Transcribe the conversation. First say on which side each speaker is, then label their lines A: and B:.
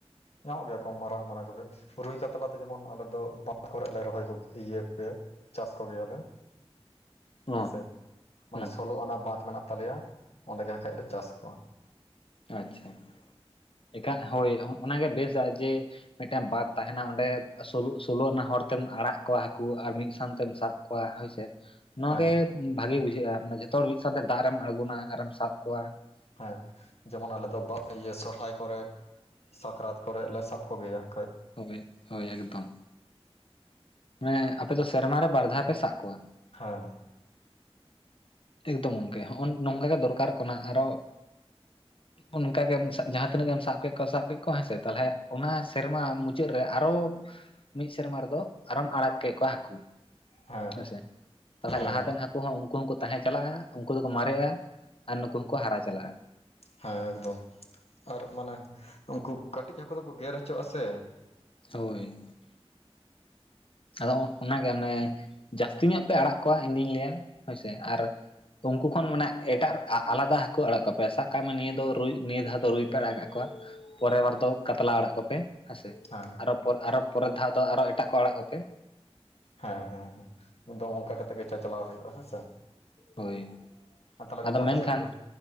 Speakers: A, on the left (about 75°); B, on the left (about 60°).
A: ᱧᱟᱢᱚᱜ ᱜᱮᱭᱟ ᱠᱚ ᱢᱟᱨᱟᱝ ᱢᱟᱨᱟᱝ ᱠᱚᱜᱮ ᱨᱩᱭ ᱠᱟᱛᱞᱟ ᱫᱚ ᱡᱮᱢᱚᱱ ᱟᱞᱮ ᱫᱚ ᱵᱟᱸᱫ ᱠᱚᱨᱮ ᱞᱮ ᱨᱚᱦᱚᱭ ᱠᱚ ᱜᱮ ᱤᱭᱟᱹ ᱮᱭᱟ ᱪᱟᱥ ᱠᱚ ᱜᱮᱭᱟᱞᱮ
B: ᱚ
A: ᱦᱮᱸᱥᱮ ᱢᱟᱱᱮ
B: ᱦᱩᱸ
A: ᱥᱚᱞᱚ ᱟᱱᱟ ᱵᱟᱸᱫᱷ ᱢᱮᱱᱟᱜ ᱛᱟᱞᱮᱭᱟ ᱚᱸᱰᱮ ᱜᱮ ᱟᱠᱷᱟᱹᱡ ᱞᱮ ᱪᱟᱥ ᱠᱚᱣᱟ
B: ᱟᱪᱪᱷᱟ ᱮᱠᱟ ᱦᱳᱭ ᱚᱱᱟᱜᱮ ᱵᱮᱥᱟᱜ ᱡᱮ ᱢᱤᱫᱴᱟᱝ ᱵᱟᱛ ᱛᱟᱦᱮᱱᱟ ᱚᱸᱰᱮ ᱥᱚᱞᱚ... ᱥᱚᱞᱚ ᱟᱱᱟ ᱦᱚᱲᱵᱛᱮᱢ ᱟᱲᱟᱜ ᱠᱚᱣᱟ ᱦᱟᱹᱠᱩ ᱟᱨ ᱢᱤᱫ ᱥᱟᱶᱛᱮᱢ ᱥᱟᱵ ᱠᱚᱣ ᱠᱚᱣᱟ ᱦᱚᱭ ᱥᱮ ᱱᱚᱣᱟᱜᱮ
A: ᱦᱮᱸ
B: ᱵᱷᱟᱜᱮ ᱵᱩᱡᱷᱟᱹᱜᱼᱟ ᱢᱟᱱᱮ ᱡᱚᱛᱚ ᱦᱚᱲ ᱢᱤᱫ ᱥᱟᱶᱛᱮ ᱫᱟᱜ ᱨᱮᱢ ᱟᱬᱜᱩᱱᱟ ᱟᱨ ᱮᱢ ᱥᱟᱵ ᱠᱚᱣᱟ
A: ᱦᱮᱸ ᱡᱮᱢᱚᱱ ᱟᱞᱮ ᱫᱚ ᱵᱟᱛ ᱤᱭᱟᱹ ᱥᱚᱨᱦᱟᱭ ᱠᱚᱨᱮ ᱥᱟᱠᱨᱟᱛ ᱠᱚᱨᱮ ᱞᱮ ᱥᱟᱵ ᱠᱚᱜᱮᱭᱟ ᱟᱠᱷᱟᱹᱡ
B: ᱦᱳᱭ ᱦᱳᱭ ᱮᱠᱫᱚᱢ ᱢᱮ ᱟᱯᱮ ᱫᱚ ᱥᱮᱨᱢᱟ ᱨᱮ ᱵᱟᱨ ᱫᱷᱟᱣ ᱯᱮ ᱥᱟᱵ ᱠᱚᱣᱟ
A: ᱦᱮᱸ
B: ᱮᱠᱫᱚᱢ ᱜᱚᱝᱠᱮ ᱦᱚᱜ.. ᱱᱚᱝᱠᱟ ᱜᱮ ᱫᱚᱨᱠᱟᱨᱚᱜ ᱠᱟᱱᱟ ᱟᱨᱦᱚ ᱚᱱ-ᱚᱱᱠᱟᱜᱮᱢ ᱥᱟᱵ ᱡᱟᱦᱟ ᱛᱤᱱᱟᱹᱜ ᱜᱮᱢ ᱥᱟᱵ ᱠᱮᱫ ᱠᱚᱣᱟ ᱥᱟᱵ ᱠᱮᱫ ᱠᱚᱣᱟ ᱦᱮᱸ ᱥᱮ ᱛᱟᱞᱦᱮ ᱚᱱᱟ ᱥᱮᱨᱢᱟ ᱢᱩᱪᱟᱹᱫ ᱨᱮ ᱟᱨᱦᱚ ᱢᱤᱫ ᱥᱮᱨᱢᱟ ᱨᱮᱫᱚ ᱟᱨᱦᱚᱢ ᱟᱲᱟᱜ ᱠᱮᱫ ᱠᱚᱣᱟ ᱦᱟᱹᱠᱩ
A: ᱦᱮᱸ
B: ᱦᱮᱸᱥᱮ ᱛᱟᱦᱚᱞᱮ
A: ᱦᱮᱸ
B: ᱞᱟᱦᱟᱛᱮᱱ
A: ᱜᱚᱝᱠᱮ
B: ᱦᱟᱹᱠᱩ ᱠᱩ ᱦᱚᱸ ᱩᱱᱠᱩ ᱦᱚᱸ ᱠᱚ ᱛᱟᱦᱮᱸ ᱪᱟᱞᱟᱜᱼᱟ ᱩᱱᱠᱩ ᱫᱚ ᱠᱚ ᱢᱟᱨᱮᱜᱼᱟ ᱟᱨ ᱱᱩᱠᱩ ᱦᱚᱸ ᱠᱚ ᱦᱟᱨᱟ ᱪᱟᱞᱟᱜᱼᱟ
A: ᱦᱮᱸ ᱮᱠᱫᱚᱢ ᱟᱨ ᱢᱟᱱᱮ ᱩᱱᱠᱩ ᱠᱟᱹᱴᱤᱡ ᱦᱟᱹᱠᱩ ᱫᱚᱠᱚ ᱜᱮᱨ ᱦᱚᱪᱚᱜᱟᱜ-ᱟ᱾ ᱥᱮ
B: ᱦᱳᱭ ᱟᱫᱚ ᱚᱱᱟᱜᱮ ᱢᱟᱱᱮ ᱡᱟᱹᱥᱛᱤ ᱧᱚᱜ ᱯᱮ ᱟᱲᱟᱜ ᱠᱚᱣᱟ ᱤᱧ ᱫᱩᱧ ᱞᱟᱹᱭᱟ ᱦᱳᱭᱥᱮ ᱟᱨ ᱩᱱᱠᱩ ᱠᱷᱚᱱ ᱢᱟᱱᱮ ᱮᱴᱟᱜ ᱟᱞᱟᱫᱟ ᱦᱟᱹᱠᱩ ᱟᱲᱟᱜ ᱠᱚ ᱯᱮ ᱥᱟᱵ ᱠᱟᱜ ᱢᱮ ᱱᱤᱭᱟᱹ ᱫᱚ ᱨᱩᱭ ᱱᱤᱭᱟᱹ ᱫᱷᱟᱣ ᱫᱚ ᱨᱩᱭ ᱯᱮ ᱟᱲᱟᱜ ᱠᱟᱜ ᱠᱚᱣᱟ᱾ ᱯᱚᱨᱮ ᱵᱟᱨ ᱫᱚ ᱠᱟᱛᱞᱟ ᱟᱲᱟᱜ ᱠᱚᱯᱮ ᱦᱮᱸᱥᱮ
A: ᱦᱮᱸ
B: ᱟᱨ ᱟᱨ ᱯᱚᱨᱮ ᱫᱷᱟᱣ ᱫᱚ ᱟᱨᱚ ᱮᱴᱟᱜ ᱠᱚ ᱟᱲᱟᱜ ᱠᱚᱯᱮ
A: ᱦᱮᱸ ᱦᱮᱸ ᱦᱮ ᱮᱠᱫᱚᱢ ᱚᱱᱠᱟ ᱠᱟᱛᱮᱜ ᱜᱮ ᱪᱟᱪᱟᱞᱟᱣ ᱦᱩᱭᱩᱜ-ᱟ᱾ ᱦᱮᱸᱥᱮ
B: ᱦᱳᱭ
A: ᱛᱟᱦᱞᱮ
B: ᱟᱫᱚ
A: ᱜᱚᱝᱠᱮ
B: ᱢᱮᱱᱠᱷᱟᱱ
A: ᱟᱯᱮ ᱥᱮᱫ